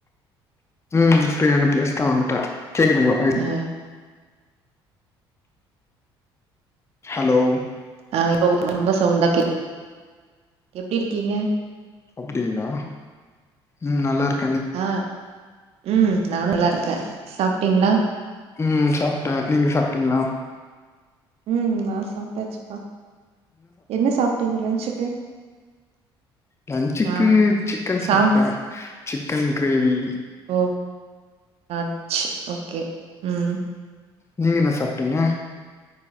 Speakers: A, on the left; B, on the right.
A: ம் ஃப்ரீயான பிளேஸ் தா வந்துட்டே கேக்குதுங்களா பை
B: ஆ
A: ஹலோ
B: ஆ இப்ப ரொம்ப சவுண்டா கே எப்டி இருக்கீங்க
A: அப்டிங்களா ம் நல்லா இருக்
B: ஆ ம் நா நல்லா இருக்கே சாப்பிட்டீங்களா
A: ம் சாப்டே நீங்க சாப்பிட்டீங்களா
B: ம் நா சாப்டாச்சுப்பா என்ன சாப்டீங்க லன்ச்சுக்கு
A: லன்ச்சுக்கு
B: நா
A: சிக்கன்
B: சாம்
A: சாப்ட்டே சிக்கன் கிரேவி
B: ஓ நான்வெஜ் ஓகே ம் ம்
A: நீங்க என்ன சாப்டீங்க